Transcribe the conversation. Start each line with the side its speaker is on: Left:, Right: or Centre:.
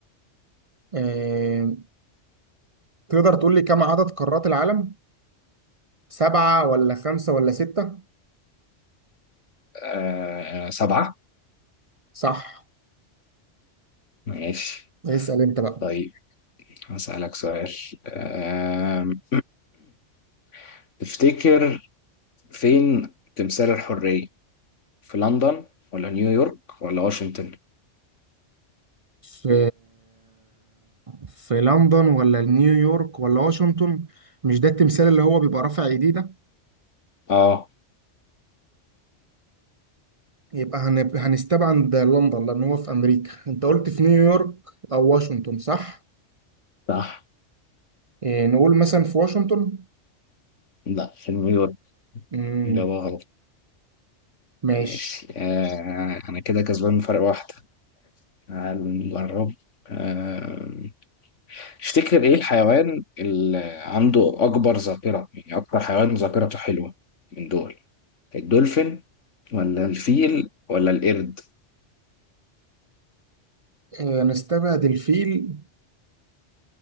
Right: آه. تقدر تقول لي كم عدد قارات العالم سبعه ولا خمسه ولا سته
Left: آه سبعه
Right: صح
Left: ماشي
Right: اسال انت بقى
Left: طيب هسألك سؤال آم، <clears throat> تفتكر فين تمثال الحرية في لندن ولا نيويورك ولا واشنطن
Right: في في لندن ولا نيويورك ولا واشنطن مش ده التمثال اللي هو بيبقى رافع ايديه ده
Left: اه
Right: يبقى هن- هنستبعد لندن لان هو في امريكا انت قلت في نيويورك او واشنطن صح
Left: صح
Right: إيه نقول مثلا في واشنطن
Left: لا في نيويورك
Right: امم
Left: إجابة غلط
Right: ماشي
Left: ماشي آه أنا كده كسبان فرق واحدة هنجرب آه تفتكر إيه الحيوان اللي عنده أكبر ذاكرة يعني أكتر حيوان ذاكرته حلوة من دول الدولفين ولا الفيل ولا القرد
Right: إيه نستبعد الفيل